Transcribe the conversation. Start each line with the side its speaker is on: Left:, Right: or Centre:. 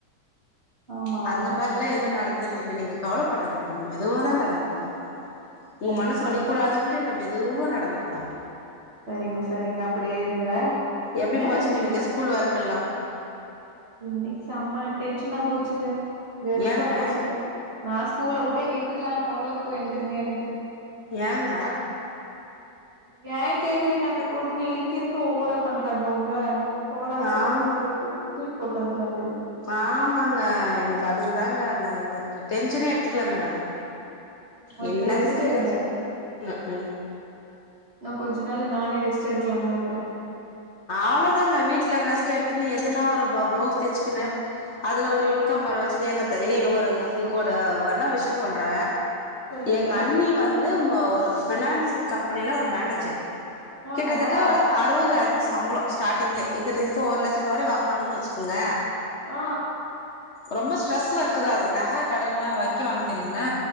Right: ஆமாவா
Left: அந்த மாரில்லா எதுவு நடந்துர்லங்க நீங்க கவலபடாதீங்க நா மெதுவாதா நடந்து போனே ஒங்க
Right: ம்
Left: மனசு
Right: ம்
Left: வலிக்க கூடாதுன்ட்டு நா மெதுவா நடந்து போன
Right: செரிங்க செரிங்க அப்டியேங்க
Left: எப்டி
Right: என்ன
Left: போச்சுங்க
Right: செஞ்சீங்க
Left: நீங்க ஸ்கூல் ஒர்க்கெல்லா
Right: இன்னைக்கு செம்ம டென்ஷனா போச்சுங்க வெறுப்பா
Left: ஏங்க
Right: போச்சுங்க நா ஸ்கூலவுட்டு நின்றுலான்ற அவ்ளோக் போய் இருந்துதுங்க எனக்கு
Left: ஏங்க
Right: ஏ கேக்றீங்க அந்த கொடுமை இருக்க இருக்க ஓவரா பண்றாங்க ஒங்க போடானு
Left: ஆம்
Right: சொல்ட்டு போய்ட்டு தூக்கி போட்டு வந்துல்னாக்குது
Left: ஆமாங்க எனக்கு அதுக்கு தாங்க அந்த டென்ஷனே எடுத்துக்கலங்க நானு
Right: ஆமா
Left: என்னாத்துக்கு
Right: நீங்க ரெஸ்ட்
Left: இந்த
Right: எடுங்க
Left: டென்ஷன் அ க் கு
Right: இன்னும் கொஞ்ச நாள்ல நானே ரெஸ்ட் எடுக்கலான்தா இருக்குறே
Left: அவ்ளோதாங்க வீட்ல ரெஸ்ட் எடுத்துன்னு எதுனா ஒரு பிளவுஸ் தைச்சுக்குணு அதுல ஒரு இன்கம் வர வச்சு எங்க ஒரு உங்கக்கோட வண்ண விஷயம் சொல்ற
Right: சொல்லுங்க
Left: எங்க அண்ணி வந்து ஒரு பினான்சியல் கம்பெனில ஒரு மேனேஜர்
Right: ஆமாவா
Left: கிட்டத்தட்ட அறுவதாயிருபா சம்பளம் ஸ்டார்டிங்ல இது இதுக்கு ஒருலட்ச ரூபா வர வாங்கினாங்கன்னு வச்சுோங்க
Right: ஓ
Left: ரொம்ப ஸ்ட்ரெஸ் ஒக்குதா அது நகை கடன்ல்லா வைக்கி வாங்க தெரியுங்களா